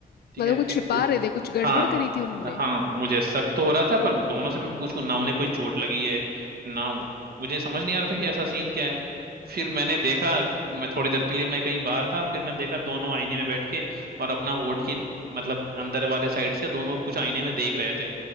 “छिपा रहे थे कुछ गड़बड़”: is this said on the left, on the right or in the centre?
Left